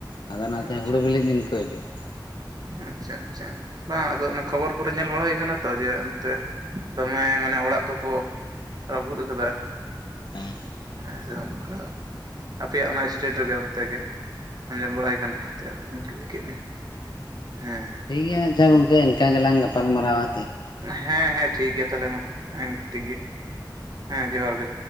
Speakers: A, on the left (about 70°); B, on the right (about 55°).
A: ᱟᱫᱚ ᱚᱱᱟ ᱛᱮ
B: ᱟᱪᱪᱷᱟ
A: ᱦᱩᱲᱩ ᱵᱤᱞᱤᱜ ᱫᱤᱱ ᱠᱚ ᱦᱤᱡᱩᱜᱼᱟ᱾
B: ᱟᱪᱪᱷᱟ ᱟᱪᱪᱷᱟ ᱵᱟᱝ ᱟᱫᱚ ᱚᱱᱟ ᱠᱷᱚᱵᱚᱨ ᱠᱚᱨᱮ ᱧᱮᱞ ᱵᱟᱲᱟ ᱦᱩᱭ ᱠᱟᱱᱟ ᱛᱚ ᱡᱮ ᱚᱱᱛᱮ ᱫᱚᱢᱮ ᱢᱟᱱᱮ ᱚᱲᱟᱜ ᱠᱚᱠᱚ᱾ ᱨᱟᱹᱯᱩᱫ ᱟᱠᱟᱫᱟ᱾
A: ᱦᱩᱸ
B: ᱟᱪᱷᱟ ᱚᱱᱠᱟ ᱟᱯᱮᱭᱟᱜ ᱚᱱᱟ ᱥᱴᱮᱴ ᱨᱮᱜᱮ ᱚᱱᱛᱮᱜᱮ ᱟᱸᱡᱚᱢ ᱵᱟᱲᱟ ᱦᱳᱭ ᱠᱟᱱᱟ᱾ <inaudible> ᱠᱩᱞᱤ ᱠᱮᱫ ᱢᱮᱭᱟ ᱦᱮᱸ᱾
A: ᱴᱷᱤᱠ ᱜᱮᱭᱟ ᱟᱪᱷᱟ ᱜᱚᱝᱠᱮ ᱮᱱᱠᱟ ᱜᱮᱞᱟᱝ ᱜᱟᱯᱟᱞᱢᱟᱨᱟᱣᱼᱟ᱾
B: ᱦᱮᱸ ᱦᱮᱸ ᱴᱷᱤᱠ ᱜᱮᱭᱟ ᱛᱟᱦᱚᱞᱮ ᱢᱟ ᱴᱷᱤᱠ ᱜᱮᱭᱟ ᱦᱮᱸ ᱡᱚᱦᱟᱸᱨ ᱜᱮ᱾